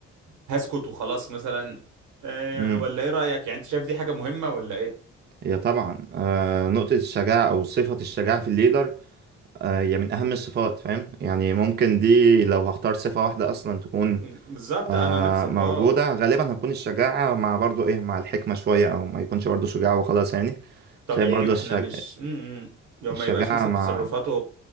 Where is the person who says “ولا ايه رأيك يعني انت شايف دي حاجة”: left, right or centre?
Right